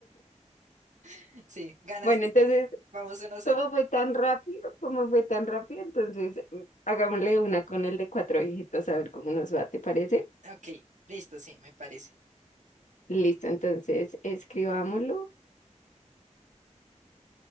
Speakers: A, on the right; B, on the left.
A: <laughs> sí, ganaste.
B: Bueno, entonces,
A: Vamos uno cero,
B: ¿cómo fue tan rápido? ¿Cómo fue tan rápido? Entonces, mm, hagámosle una con el de cuatro dígitos a ver cómo nos va, ¿te parece?
A: Ok, listo, sí, me parece.
B: Listo, entonces, escribámoslo.